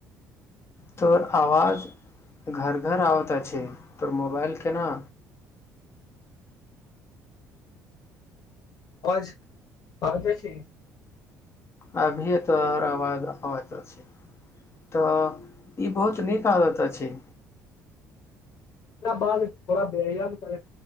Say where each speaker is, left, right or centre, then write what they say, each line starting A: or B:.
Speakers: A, on the left; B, on the left.
A: तोर आवाज घर घर आबत अछि तोर मोबाइल के ना
B: आवाज आबैत अछि
A: अभी तऽहर आवाज आबत अछि तऽ ई बहुत नीक आदत अछि
B: ओकरा बादथोड़ा व्याम करैत